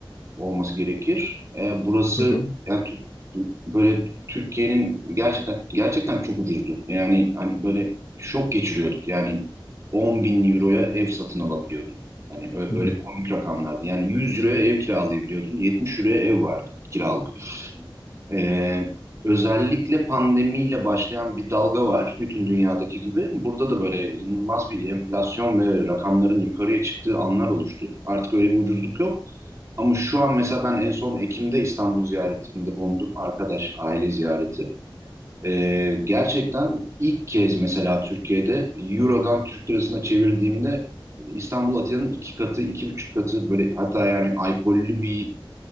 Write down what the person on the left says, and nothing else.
Hı hı.
Hı hı.